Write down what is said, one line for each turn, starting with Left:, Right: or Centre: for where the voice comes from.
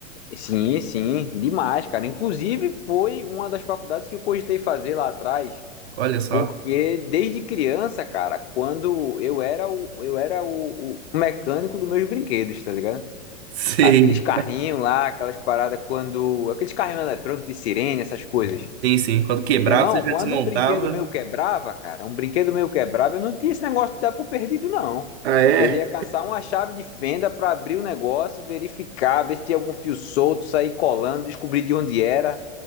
Left: Sim, sim, demais, cara. Inclusive, foi uma das faculdades que eu cogitei fazer lá atrás.
Right: Olha só.
Left: Porque
Right: <laughs>
Left: desde criança, cara, quando eu era o, eu era o, o mecânico dos meus brinquedos, tá ligado?
Right: Sei.
Left: Aqueles carrinhos lá, aquelas paradas quando. Aqueles carrinhos eletrônicos de sirene, essas coisas.
Right: Sim, sim. Quando quebrava,
Left: Meu Irmão,
Right: você já
Left: quando
Right: desmontava.
Left: um brinquedo meu quebrava, cara, um brinquedo meu quebrava, eu não tinha esse negócio de dar por perdido, não.
Right: Ah, é?
Left: Eu ia caçar uma chave de fenda pra abrir o negócio, verificar, ver se tinha algum fio solto, sair colando, descobrir de onde era.